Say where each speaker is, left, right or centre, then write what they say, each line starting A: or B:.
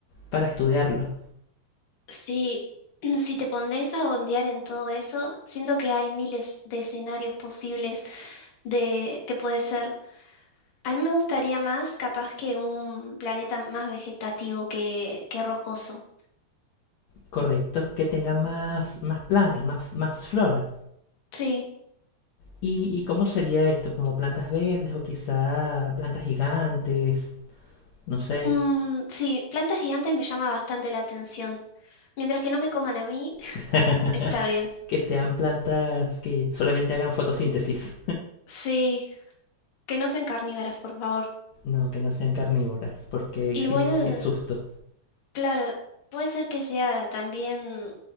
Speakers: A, on the left; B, on the left.
A: para estudiarlo.
B: Sí, <clears throat> si te pones a bondear en todo eso, siento que hay miles de escenarios posibles de que puede ser. A mí me gustaría más, capaz que un planeta más vegetativo que, que rocoso.
A: Correcto, que tenga más, más plantas, más, más flora.
B: Sí.
A: ¿Y, y cómo sería esto? ¿Como plantas verdes o quizá plantas gigantes? No sé.
B: Mm, sí, plantas gigantes me llama bastante la atención. Mientras que no me coman a mí, <laughs>
A: <laughs>
B: está bien.
A: Que sean plantas que solamente hagan fotosíntesis.
B: Sí, que no sean carnívoras, por favor.
A: No, que no sean carnívoras, porque ahí
B: Igual,
A: sí es susto.
B: claro, puede ser que sea también